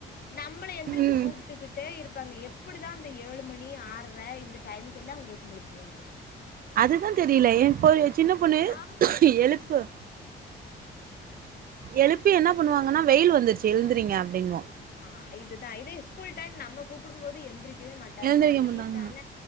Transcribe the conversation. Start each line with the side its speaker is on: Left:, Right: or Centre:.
Left: நம்மள எந்திரிச்சி
Right: ம்
Left: கூப்டுக்கிட்டே இருப்பாங்க எப்டிதா அந்த ஏழு மணி ஆர்ற இந்த டைமுக்கு எல்லா அவங்களுக்கு முளிப்பு வந்துரு
Right: அதுதா தெரில ஏ பொ சின்ன பொண்ணு
Left: ஆமா
Right: எழுப்ப எழுப்பி என்ன பண்ணுவாங்கன்னா வெயில் வந்துருச்சி எழுந்துறீங்க அப்டிங்கு
Left: ஆ இதுதா இதே ஸ்கூல் டைம் நம்ம கூப்டும் போது எந்திரிக் கவே மாட்டாங்க
Right: எழுந்திரிக்க
Left: செரி லீவ்
Right: மாட்டாங்க
Left: தான